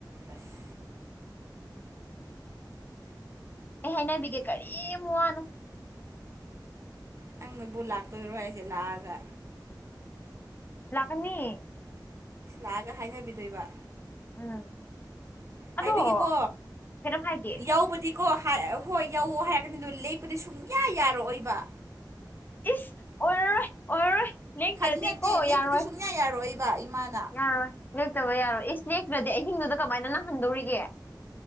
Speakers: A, on the right (about 40°); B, on the left (about 25°).
A: ꯑꯁ
B: ꯑꯩ ꯍꯥꯏꯅꯕꯤꯒꯦ ꯀꯔꯤꯝ ꯋꯥꯅꯣ
A: ꯅꯪꯅꯕꯨꯠ ꯂꯥꯛꯇꯣꯏꯔꯣ ꯍꯥꯏꯁꯦ ꯂꯥꯛꯑꯒ
B: ꯂꯥꯛꯅꯤ
A: ꯂꯥꯛꯑꯒ ꯍꯥꯏꯅꯕꯤꯗꯣꯏꯕ
B: ꯎꯝ ꯑꯗꯣ
A: ꯍꯥꯏꯕꯤꯒꯦꯀꯣ
B: ꯀꯩꯅꯣꯝ ꯍꯥꯏꯒꯦ
A: ꯌꯥꯎꯕꯗꯤ ꯀꯣ ꯍꯣꯏ ꯌꯧꯋ ꯍꯥꯏꯔꯒꯅꯤ ꯑꯗꯨ ꯂꯦꯛꯞꯄꯗꯤ ꯁꯨꯡꯌꯥ ꯌꯥꯔꯛꯑꯣꯏꯕ
B: ꯏꯁ ꯑꯣꯔꯔ‌ꯣꯏ ꯑꯣꯔꯔ‌ꯣꯏ ꯂꯦꯡꯇ꯭ꯔꯗꯤ
A: ꯐꯥꯒꯤ ꯅꯠꯇꯦ
B: ꯀꯣ
A: ꯂꯦꯛꯄꯗꯤ
B: ꯌꯥꯔꯣꯏ
A: ꯁꯨꯡꯌꯥ ꯌꯥꯔꯣꯏꯕ ꯏꯃꯥꯅ
B: ꯌꯥꯔꯣꯏ ꯂꯦꯛꯇꯕ ꯌꯥꯔꯣꯏ ꯏꯁ ꯅꯦꯛꯇ꯭ꯔꯗꯤ ꯑꯍꯤꯡꯗꯨꯗ ꯀꯃꯥꯏꯅ ꯅꯪꯍꯟꯗꯧꯔꯤꯒꯦ